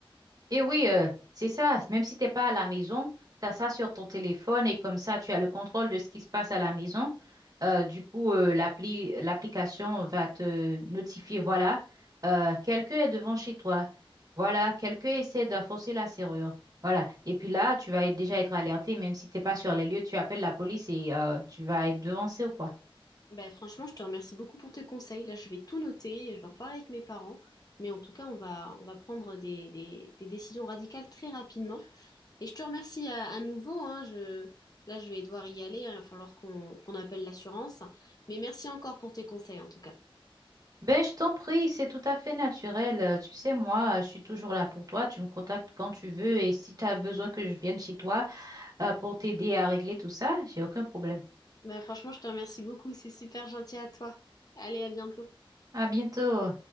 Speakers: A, on the right; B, on the left.
A: Et oui, euh, c'est ça. Même si t'es pas à la maison, tu as ça sur ton téléphone et comme ça, tu as le contrôle de ce qui se passe à la maison. Euh, du coup, euh, l'appli, l'application va te notifier, voilà, euh, quelqu'un est devant chez toi. Voilà, quelqu'un essaie de forcer la serrure. Voilà. Et puis là, tu vas être- déjà être alerté, même si t'es pas sur les lieux, tu appelles la police et euh, tu vas être devancé ou quoi.
B: Ben, franchement, je te remercie beaucoup pour tes conseils. Là, je vais tout noter et je vais en parler avec mes parents. Mais en tout cas, on va, on va prendre des, des- des décisions radicales très rapidement. Et je te remercie à, à nouveau, hein. Je, là, je vais devoir y aller. hein. Il va falloir qu'on qu'on appelle l'assurance. Mais merci encore pour tes conseils, en tout cas.
A: Ben, je t'en prie, c'est tout à fait naturel. Euh, Tu sais, moi, je suis toujours là pour toi. Tu me contactes quand tu veux et si tu as besoin que je vienne chez toi euh, pour t'aider à régler tout ça, j'ai aucun problème.
B: Bah, franchement, je te remercie beaucoup. C'est super gentil à toi. Allez, à bientôt.
A: À bientôt.